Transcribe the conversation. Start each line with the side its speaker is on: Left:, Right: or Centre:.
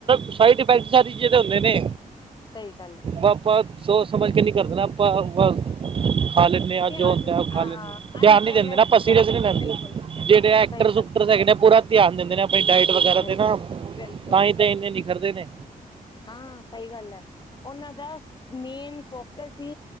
Right: ਸਇਫੈਕਟ ਸਾਰੀ ਚੀਜ਼ ਤੇ ਹੁੰਦੇ ਨੇ
Left: ਸਹੀ ਗੱਲ ਹੈ
Right: ਆਪਪਾ ਸੋਚ ਸਮਝ ਕੇ ਨਹੀ ਕਰਨਾ ਆਪਾਂ ਬ ਖਾ ਲੈਂਦੇ
Left: ਧਿਆਨ
Right: ਜੋ ਖਾ
Left: ਹਾਂ
Right: ਲੈਂਦੇ ਧਿਆਨ
Left: ਅਨਕੇਅਰਲੈਸ
Right: ਨੀ ਦਿੰਦੇ ਨਾ ਆਪ
Left: ਹੋ ਜਾਂਦੇ
Right: ਸੀਰੀਅਸ ਨੀ
Left: ਆ
Right: ਲੈਂਦੇ
Left: ਬਿਲਕੁਲ
Right: ਜਿਹੜੇ
Left: ਸਹੀ
Right: ਟੈਕਟਰਕਟਰ
Left: ਗੱਲ
Right: ਪੂਰਾ ਧਿਆਨ ਦਿੰਦੇ ਨੇ ਆਪਣੀ ਡਾਇਟ ਵਗੈਰਾ
Left: ਬਿਲਕੁਲ
Right: ਤੇ ਨਾ
Left: ਬਿਲਕੁਲ
Right: ਤਾਂਹੀ ਤਾਂ ਇੰਨੇ ਨਿਖਰਦੇ ਨੇ
Left: ਹਾਂ ਸਹੀ ਗੱਲ ਹੈ ਉਹਨਾਂ ਦਾ ਮੇਨ ਫੋਕਸ ਸੀ